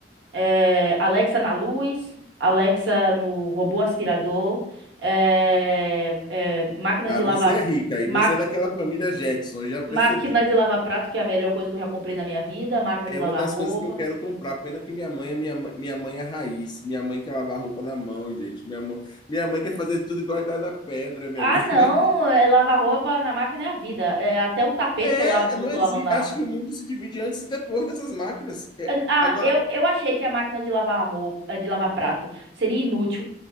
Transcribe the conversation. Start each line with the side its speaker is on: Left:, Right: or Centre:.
Right: é, Alexa na luz, Alexa no robô aspirador, é, é, máquina
Left: Ah,
Right: de
Left: você
Right: lavar,
Left: é rica
Right: maqui-
Left: e você é daquela família Jetson, já percebi.
Right: máquina de lavar prato, que é a melhor coisa que eu já comprei na minha vida, máquina
Left: É
Right: de lavar
Left: uma das
Right: roupa.
Left: coisas que eu quero comprar, pena que minha mãe é minha, mãe- minha mãe é raiz, minha mãe quer lavar roupa na mão, gente. Minha mãe, minha mãe quer fazer tudo igual a Idade da Pedra, minha
Right: Ah,
Left: amiga.
Right: não,
Left: <laughs> Mas
Right: é, lavar roupa na máquina é a vida. É, até o tapete
Left: é,
Right: eu lavo,
Left: não
Right: tô
Left: existe.
Right: lavando na
Left: Acho
Right: máquina.
Left: que o mundo se divide antes e depois dessas máquinas. É,
Right: ah,
Left: agora,
Right: eu, eu achei que a máquina de lavar roupa, de lavar prato seria inútil.